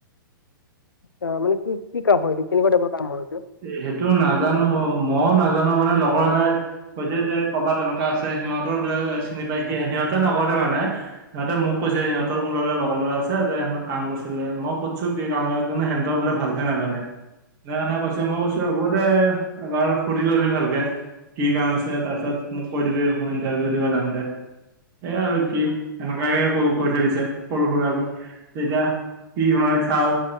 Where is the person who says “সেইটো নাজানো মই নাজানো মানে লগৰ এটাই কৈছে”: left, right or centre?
Right